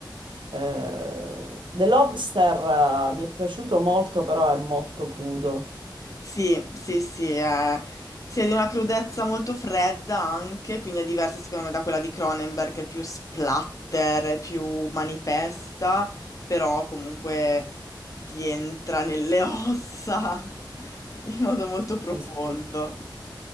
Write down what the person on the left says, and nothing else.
Sì, sì, sì. È, sì, è di una crudezza molto fredda anche, quindi è diversa secondo me da quella di Cronenberg, che è più splatter, è più manifesta, però comunque ti entra nelle ossa <laughs> in modo molto profondo.